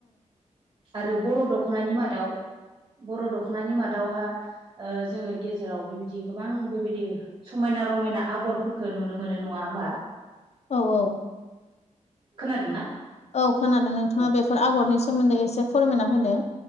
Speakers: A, on the right (about 40°); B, on the left (about 55°).
A: आरो बर' दख'नानि मादाव बर' दख'नानि मादावहा जोङो गेजेराव बेबायदि गोबां बेबायदि समायना रमायना आगर आगरफोरखौ नुनो मोनो नङा होमबा
B: औ औ।
A: खोनादोंना
B: औ खोनादों नोंथाङा
A: औ
B: बेफोर आगरनि सोमोन्दै एसे फोरमायना होदो।